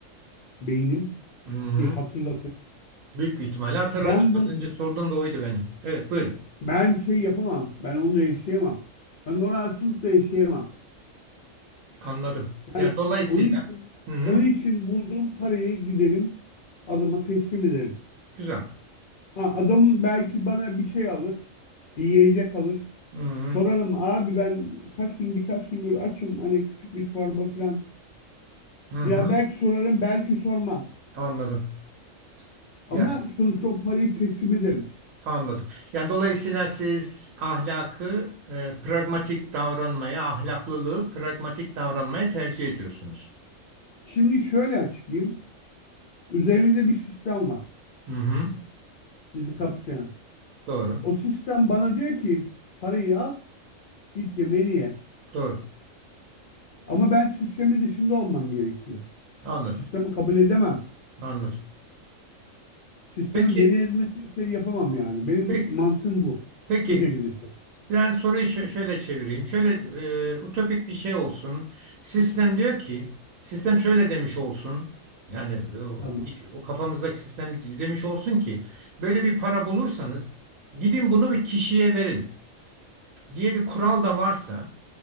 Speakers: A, on the left; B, on the right.
A: beynim
B: Hı hı.
A: ki hatırlatır.
B: Büyük bir ihtimalle hatırlatacak.
A: Ben bu
B: Az önce sorduğum da oydu benim. Evet, buyurun.
A: ben şey yapamam. Ben onunla yaşayamam. Ben o rahatsızlıkla yaşayamam.
B: Anladım.
A: Ben
B: Yani dolayısıyla
A: onun için
B: hı hı.
A: onun için bulduğum parayı giderim adama teslim ederim.
B: Güzel.
A: Ha, adam belki bana bir şey alır, bir yiyecek alır.
B: Hı hı.
A: Sorarım abi ben kaç gün birkaç gündür açım hani küçük bir çorba falan.
B: Hı hı.
A: Ya belki sorarım belki sormam.
B: Anladım.
A: Ama
B: Ya
A: sonuçta o parayı teslim ederim.
B: Anladım. Yani dolayısıyla siz ahlakı e, pragmatik davranmaya, ahlaklılığı pragmatik davranmaya tercih ediyorsunuz.
A: Şimdi şöyle açıklayayım. Üzerimizde bir sistem var.
B: Hı hı.
A: Bizi kapsayan.
B: Doğru.
A: O sistem bana diyor ki parayı al git yemeğini ye.
B: Doğru.
A: Ama ben sistemin dışında olmam gerekiyor.
B: Anladım.
A: Sistemi kabul edemem.
B: Anladım.
A: Sistemin
B: Peki,
A: beni ezmesini şey yapamam yani. Benim
B: peki,
A: mantığım bu.
B: peki.
A: Bu şekilde çalışıyor.
B: Ben soruyu şö- şöyle çevireyim. Şöyle e, ütopik bir şey olsun. Sistem diyor ki, sistem şöyle demiş olsun. Yani e, o,
A: Tamam.
B: o kafamızdaki sistem demiş olsun ki, böyle bir para bulursanız gidin bunu bir kişiye verin. diye bir kural da varsa,